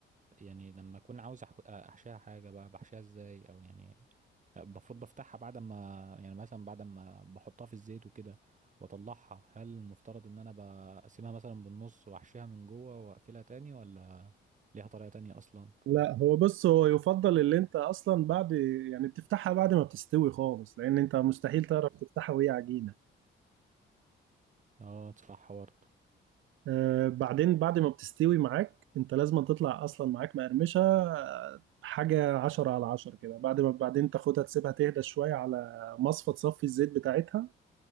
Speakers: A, on the right; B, on the right.
A: يعني لما اكون عاوز أح- احشيها حاجه بقى بحشيها ازاي او يعني المفروض بفتحها بعد ما يعني مثلا بعد ما بحطها في الزيت وكده واطلعها هل المفترض ان انا بقسمها مثلا بالنص واحشيها من جوه واقفلها تاني ولا ليها طريقه تانية اصلا
B: لا هو بص هو يفضل اللي انت اصلا بعد يعني بتفتحها بعد ما بتستوي خالص لان انت مستحيل تعرف تفتحها وهي عجينة
A: اه صح برضه
B: آه، بعدين بعد ما بتستوي معاك انت لازم تطلع اصلا معاك مقرمشه آه، حاجه عشرة على عشرة كده بعد ما بعدين تاخدها تسيبها تهدى شويه على مصفى تصفي الزيت بتاعتها